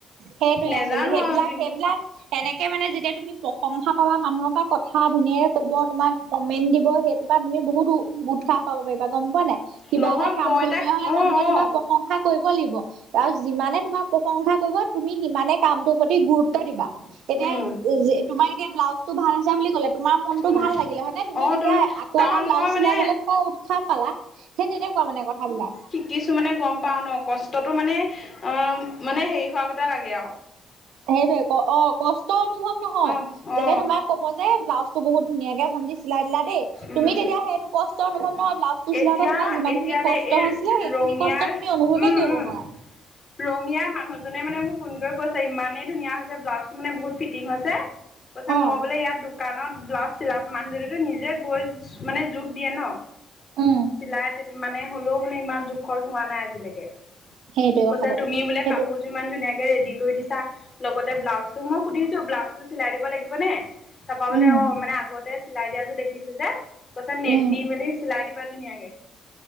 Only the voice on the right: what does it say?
সেইটোৱে
আচলতে সেইবিলাক
সেইবিলাক এনেকে মানে যেতিয়া তুমি তুমি প্ৰশংসা পাবা মানুহৰ পৰা কথা ধুনীয়াকে ক'ব তোমাক কমেণ্ট দিব সেইটোৰ পৰা তুমি বহুত উ ৎসাহ পাব পাৰিবা গম পোৱা নাই কিবা
এটা কাম
কৰিবলে
হলে
মানুহে
তোমাক প্ৰ পশংসা কৰিব লাগিব তাৰ যিমানে তোমাৰ প্ৰশংসা কৰিব তুমি সিমানে কামটোৰ প্ৰতি গুৰুত্ব দিবা। এতিয়া
তোমাৰ এতিয়া ব্লাউজটো ভাল হৈছে বুলি ক'লে, তোমাৰ মনটো
ভাল লাগিলে হয়নে তুমি
তেতিয়া
আগ- আকো
এটা ব্লাউজ
চিলাবলে
তোমাৰ উৎসাহ পালা সেই তেনেকোৱা মানে কথাবিলাক।
সেইটোৱে অ কষ্ট অনুভৱ নহয়।
যেতিয়া তোমাক কব যে ব্লাউজ টো বহুত ধুনীয়াকে ভণ্টি চিলাই দিলা দেই,
তুমি তেতিয়া সেইটো কষ্ট অনুভৱ নহয় ব্লাউজ টো
চিলাওঁতে তোমাৰ যিমান
খিনি
কষ্ট
হৈছিলে সেইখিনি
কষ্ট তুমি অনুভৱেই
কৰিব
নোৱাৰা।
অ
উম
সেইটোৱে কথাটো
সেইটো
উম
উম